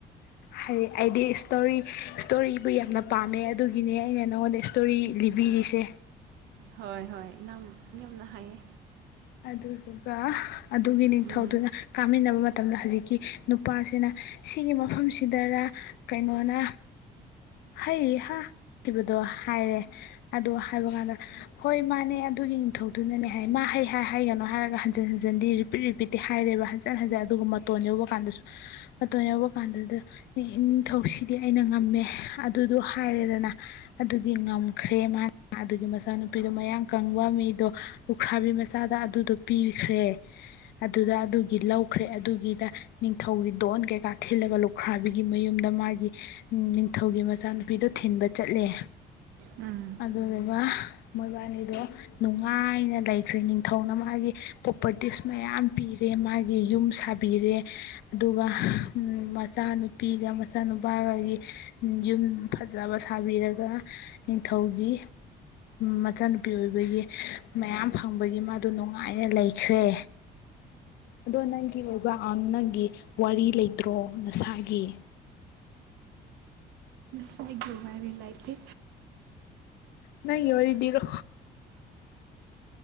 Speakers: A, on the left; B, on the right.
A: ꯍꯥꯏ ꯍꯥꯏꯗꯤ ꯏꯁꯇꯣꯔꯤ ꯏꯁꯇꯣꯔꯤꯕꯨ ꯌꯥꯝꯅ ꯄꯥꯝꯃꯦ ꯑꯗꯨꯒꯤꯅꯦ ꯑꯩꯅ ꯅꯉꯣꯟꯗ ꯏꯁꯇꯣꯔꯤ ꯂꯤꯕꯤꯔꯤꯁꯦ
B: ꯍꯣꯏ ꯍꯣꯏ ꯅꯪ ꯌꯥꯝꯅ ꯍꯥꯏꯌꯦ
A: ꯑꯗꯨꯗꯨꯒ ꯑꯗꯨꯒꯤ ꯅꯤꯡꯊꯧꯗꯨꯅ
B: ꯎꯝ
A: ꯀꯥꯃꯤꯟꯅꯕ ꯃꯇꯝꯗ ꯍꯧꯖꯤꯛꯀꯤ ꯅꯨꯄꯥꯁꯤꯅ ꯁꯤꯒꯤ ꯃꯐꯝꯁꯤꯗꯔ ꯀꯩꯅꯣꯅ ꯍꯩ ꯍꯥꯈꯤꯕꯗꯣ ꯍꯥꯏꯔꯦ ꯑꯗꯣ ꯍꯥꯏꯕ ꯀꯥꯟꯗ ꯍꯣꯏ ꯃꯥꯅꯦ ꯑꯗꯨꯒꯤ ꯅꯤꯡꯊꯧ ꯑꯗꯨꯅꯅꯦ ꯍꯥꯏ ꯃꯥ ꯍꯩ ꯍꯥꯏ ꯍꯩꯒꯅꯣ ꯍꯥꯏꯔꯒ ꯍꯟꯖꯤꯟ ꯍꯟꯖꯤꯟꯗꯤ ꯔꯤꯄꯤꯠ ꯔꯤꯄꯤꯠꯇꯤ ꯍꯥꯏꯔꯦꯕ ꯍꯟꯖꯤꯟ ꯍꯟꯖꯤꯟ ꯑꯗꯨꯒ ꯃꯇꯣꯟ ꯌꯧꯕ ꯀꯥꯟꯗꯁꯨ ꯃꯇꯣꯟ ꯌꯧꯕ ꯀꯥꯟꯗꯗ ꯅꯤꯡꯊꯧꯁꯤꯗꯤ ꯑꯩꯅ ꯉꯝꯃꯦ ꯑꯗꯨꯗꯣ ꯍꯥꯏꯔꯦꯗꯅ ꯑꯗꯨꯒꯤ ꯉꯝꯈ꯭ꯔꯦ ꯃꯥ ꯑꯗꯨꯒꯤ ꯃꯆꯥꯅꯨꯄꯤꯗꯣ ꯃꯌꯥ ꯀꯪꯕ ꯃꯤꯗꯣ ꯂꯨꯈ꯭ꯔꯥꯕꯤ ꯃꯆꯥꯗ ꯑꯗꯨꯗꯣ ꯄꯤꯈ꯭ꯔꯦ ꯑꯗꯨꯗ ꯑꯗꯨꯒꯤ ꯂꯧꯈ꯭ꯔꯦ ꯑꯗꯨꯒꯤꯗ ꯅꯤꯡꯊꯧꯒꯤ ꯗꯣꯟ ꯀꯩꯀꯥ ꯊꯤꯜꯂꯒ ꯂꯨꯈ꯭ꯔꯥꯕꯤꯒꯤ ꯃꯌꯨꯝꯗ ꯃꯥꯒꯤ ꯅꯤꯡꯊꯧꯒꯤ ꯃꯆꯥꯅꯨꯄꯤꯗꯣ ꯊꯤꯟꯕ ꯆꯠꯂꯦ
B: ꯎꯝ
A: ꯑꯗꯨꯒꯒ ꯃꯣꯏꯕꯥꯅꯤꯗꯣ ꯅꯨꯡꯉꯥꯏꯅ ꯂꯩꯈ꯭ꯔꯦ ꯅꯤꯡꯊꯧꯅ ꯃꯥꯒꯤ ꯄ꯭ꯔꯣꯄꯔꯇꯤꯁ ꯃꯌꯥꯝ ꯄꯤꯔꯦ ꯃꯥꯒꯤ ꯒꯤ ꯌꯨꯝ ꯁꯥꯕꯤꯔꯦ ꯑꯗꯨꯒ ꯃꯆꯥꯅꯨꯄꯤꯒ ꯃꯆꯥꯅꯨꯄꯥꯒꯒꯤ ꯌꯨꯝ ꯐꯖꯕ ꯁꯥꯕꯤꯔꯒ ꯅꯤꯡꯊꯧꯒꯤ ꯃꯆꯥꯅꯨꯄꯤ ꯑꯣꯏꯕꯒꯤ ꯃꯌꯥꯝ ꯐꯪꯕꯒꯤ ꯃꯥꯗ ꯅꯨꯡꯉꯥꯏꯅ ꯂꯩꯈ꯭ꯔꯦ ꯑꯗꯣ ꯅꯪꯒꯤ ꯑꯣꯏꯕ ꯅꯪꯒꯤ ꯋꯥꯔꯤ ꯂꯩꯇ꯭ꯔꯣ ꯅꯁꯥꯒꯤ
B: ꯁꯥꯏꯒꯤꯋꯥꯔꯤ ꯂꯥꯏꯗꯤ
A: ꯅꯪꯒꯤ ꯋꯥꯔꯤꯂꯤꯔꯣ